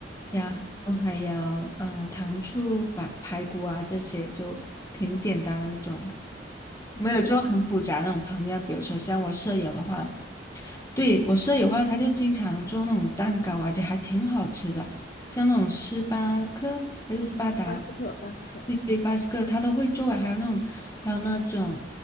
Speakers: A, on the left (about 20°); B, on the left (about 45°).
A: 然后还有嗯、
B: 哦，
A: 呃糖醋排排骨啊，这些就挺简单的那种，
B: 嗯
A: 没有做很复杂那种烹饪。比如说像我舍友的话，对，我舍友的话，他就经常做那种蛋糕啊，而且还挺好吃的，像那种斯巴克还是斯巴达，
B: 巴斯克，巴斯克，
A: 对对，巴斯克他都会做啊还有那种还有那种